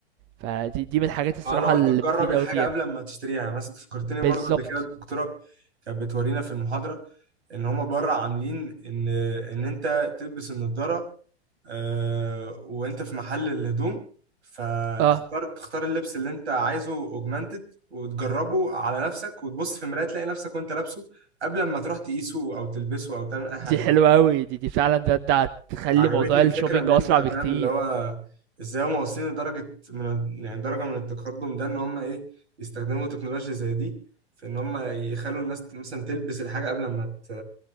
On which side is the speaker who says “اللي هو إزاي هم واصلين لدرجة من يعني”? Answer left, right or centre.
Right